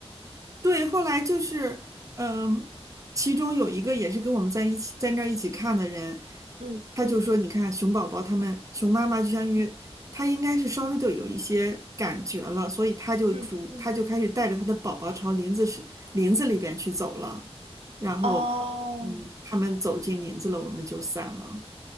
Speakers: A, on the right; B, on the right.
A: 对，后来就是，嗯，其中有一个也是跟我们在一起，在那儿一起看的人，
B: 嗯
A: 他就说：“你看，熊宝宝他们，熊妈妈就相当于他应该是稍微的有一些感觉了，所以他就主，
B: 嗯，
A: 他就开始带着他的宝宝朝林子是林子里边去走了。然后，
B: 哦。
A: 嗯，他们走进林子了，我们就散了。